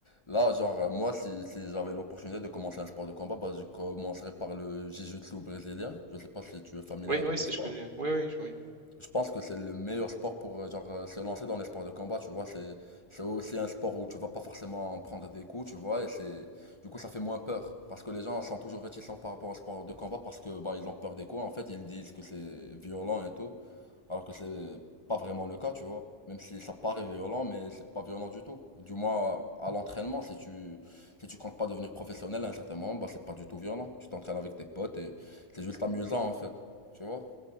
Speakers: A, on the left; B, on the right.
A: là, genre, euh, moi, si, si j'avais l'opportunité de commencer un sport de combat, bah, je commencerais par le jiu-jitsu brésilien. Je sais pas si tu es familier
B: Oui,
A: avec
B: oui,
A: le
B: si
A: sport.
B: je connais. Oui, oui, je- oui.
A: Je pense que c'est le meilleur sport pour euh, genre euh, se lancer dans les sports de combat, tu vois, c'est c'est aussi un sport où tu vas pas forcément prendre des coups, tu vois, et c'est du coup ça fait moins peur parce que les gens sont toujours réticents par rapport au sport de combat parce que bah ils ont peur des coups en fait, ils disent que c'est violent et tout, alors que c'est pas vraiment le cas, tu vois. Même si ça paraît violent, mais c'est pas violent du tout. Du moins à l'entraînement, si tu si tu comptes pas devenir professionnel à un certain moment, bah c'est pas du tout violent. Tu t'entraînes avec tes potes et c'est juste amusant en fait, tu vois.